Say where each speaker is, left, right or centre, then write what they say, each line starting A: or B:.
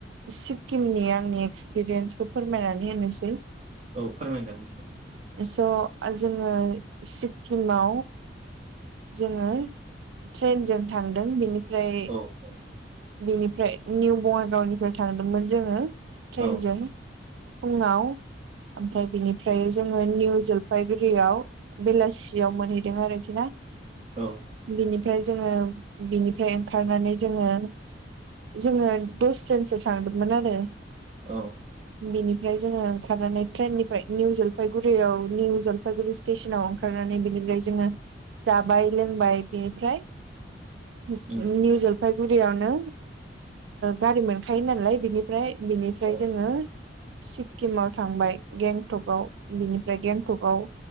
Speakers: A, on the right (about 70°); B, on the right (about 35°).
A: सिक्किमनि आंनि एक्सपिरियेन्सखौ फोरमायनानै होनोसै।
B: औ फोरमायदों नोंथां
A: स' जोङो सिक्किमा जोङो ट्रेनजों थांदों बेनिफ्राय
B: नोंथां औ
A: बेनिफ्राय निउ बङाइगावनिफ्राय थांदोंमोन जोङो ट्रेनजों।
B: औ
A: फुङाव ओमफ्राय बिनिफ्राय जोङो निउ जलफागुरियाव बेलासियाव मोनहैदों आरोखि आरो
B: औ
A: बिनिफ्राय जोङो बिनिफ्राय ओंखारनानै जोङो जोङो दसजोनसो थांदोंमोन आरो।
B: औ
A: बिनिफ्राय जोङो ओंखारनानै ट्रेननिफ्राय निउ जलफायगुरियाव निउ जलफायगुरि स्टेसनाव ओंखारनानै बेनिफ्राय जोङो जाबाय लोंबाय बेनिफ्राय <unintelligible>
B: उम
A: उफायगुरियावनो गारि मोनखायो नालाय बिनिफ्राय बिनिफ्राय
B: औ ओं औ
A: जोङो सिक्किमाव थांबाय गेंटकआव बिनिफ्राय गेंटकआव